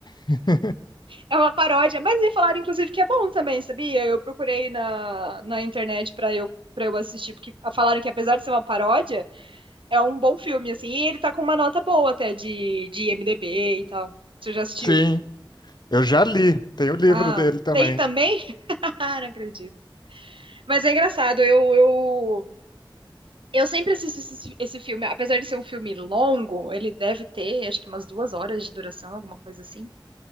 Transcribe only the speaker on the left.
<laughs>
Sim, eu já li. Tem o livro
dele também,